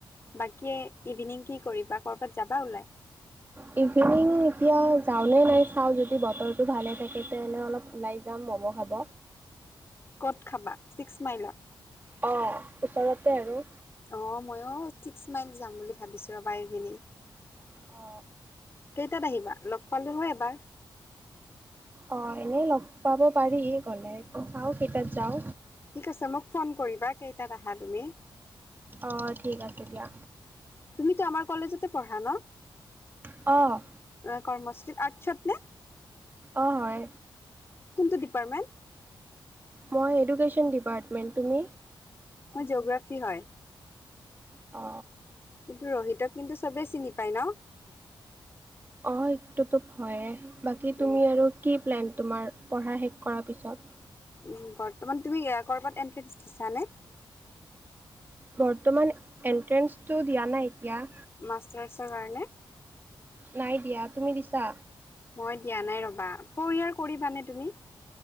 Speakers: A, on the left (about 30°); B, on the right (about 25°).
A: বাকি ইভিনিং কি কৰিবা কৰ'বাত যাবা ওলাই
B: উ ইভিনিং এতিয়া যাওনে নাই চাও যদি বতৰতো ভালে থাকে তেনে অলপ ওলাই যাম মম খাব
A: ক'ত খাবা ছিক্স মাইলত
B: অ ওচৰতে আৰু।
A: অ ময়ো ছিক্স মাইল যাম বুলি ভাবিছো ৰ'বা এইবেলি
B: অ
A: কেইটাত আহিবা লগ পালো হয় এবাৰ।
B: অ এনেই লগ পাব পাৰি গলে চাও কেইটাত যাও।
A: ঠিক আছে মোক ফোন কৰিবা কেইটাত আহা তুমি।
B: অ ঠিক আছে দিয়া।
A: তুমিতো আমাৰ কলেজতে পঢ়া ন।
B: অ
A: অ কৰ্মস্থলীত আৰ্টছত নে।
B: অ হয়
A: কোনটো ডিপাৰ্টমেণ্ট।
B: মই এডুকেশ্যন ডিপাৰ্টমেণ্ট তুমি
A: মোৰ জিঅ'গ্ৰাফী হয়।
B: অ
A: কিন্তু ৰহিতক কিন্তু চবেই চিনি পায় ন।
B: অ সেইটোতো ভয়েই বাকী
A: উম,
B: তুমি আৰু কি প্লেন তোমাৰ পঢ়া শেষ কৰাৰ পিছত
A: উ বৰ্তমান তুমি এয়াৰ কৰবাত এন্ট্ৰেঞ্চ দিছা নে।
B: বৰ্তমান এন্ট্ৰেন্ঞ্চটো দিয়া নাই এতিয়া।
A: মাষ্টাৰছৰ কাৰণে।
B: নাই দিয়া তুমি দিছা।
A: মই দিয়া নাই ৰ'বা ফৰ ইয়াৰ কৰিবা নে তুমি।